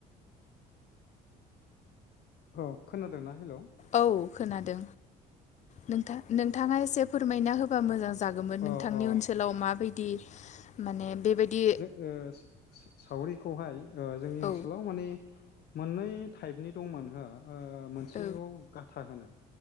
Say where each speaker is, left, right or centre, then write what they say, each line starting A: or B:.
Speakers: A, on the left (about 55°); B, on the left (about 35°).
A: औ खोनादोंना? हेलौ
B: औ खोनादों। नोंथां नों नोंथाङा एसे फोरमायना होबा मोजां जागौमोन
A: अ
B: नोंथांनि
A: अ
B: ओनसोलाव माबाय दि माने बेबायदि
A: जों ओ स-स-सावरि खौहाय ओ जोंनि
B: औ
A: ओनसोलाव माने मोननै टाइपनि दंमोन हो ओ मोनसेयाव
B: औ
A: गाथा होनो।